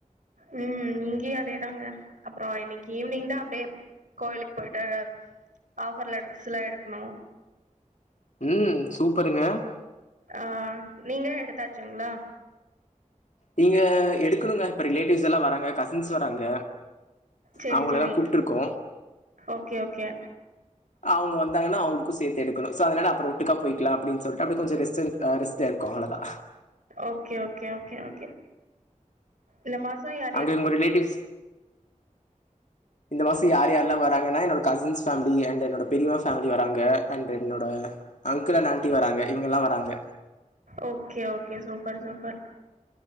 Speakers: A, on the right; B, on the left.
A: ம் இங்கயு அதேதாங்க அப்றோ இன்னைக் ஈவ்னிங் தா அப்டியே கோயிலுக் போய்ட்டு ஆஃபர்ல ட்ரஸ்ல்லா எடுக்கணு
B: ம் சூப்பருங்க
A: ஆ நீங்க எடுத்தாச்சுங்ளா
B: லீங்க எடுக்கணுங்க இப்ப ரிலேட்டிவ்ஸ் எல்லா வராங்க கசின்ஸ் வராங்க
A: செரி
B: அவுங்கள
A: செரி
B: எல்லா கூப்ட்ருக்கோ
A: ஓகே ஓகே
B: அவுங்க வந்தாங்கனா அவுங்ளுக்கு சேத்தெடுக்கணு சோ அதுனால அப்றோ ஒட்டுக்கா போய்க்கலா அப்டின் சொல்ட்டு அப்டியே கொஞ்ச ரெஸ்ட் எடுத் அ ரெஸ்ட் லர்க்கோ அவ்ள தா
A: ஓகே ஓகே ஓகே ஓகே இந்த மாசோ யா
B: அங்க உங்க ரிலேட்டிவ்ஸ் இந்த மாசோ யார் யார்லா வராங்கனா என்னோட கசின்ஸ் ஃபேமிலி அண்ட் என்னோட பெரியம்மா ஃபேமிலி வராங்க அண்ட் என்னோட அங்கிள் அண்ட் ஆண்ட்டி வராங்க இவுங்கெல்லா வராங்க
A: ஓகே ஓகே சூப்பர் சூப்பர்